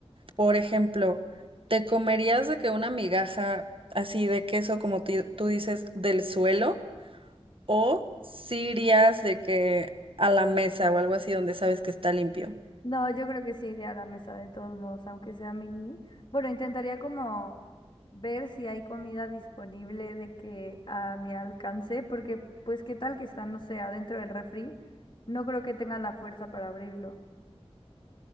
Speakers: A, on the right; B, on the left.
A: Por ejemplo, ¿te comerías de que una migaja así de queso, como ti- tú dices, del suelo? ¿O si irías de que a la mesa o algo así donde sabes que está limpio?
B: No, yo creo que sí iré a la mesa de todos modos, aunque sea mini. Bueno, intentaría como ver si hay comida disponible de que a mi alcance, porque pues qué tal que está, no sé, adentro del refri. No creo que tengan la fuerza para abrirlo.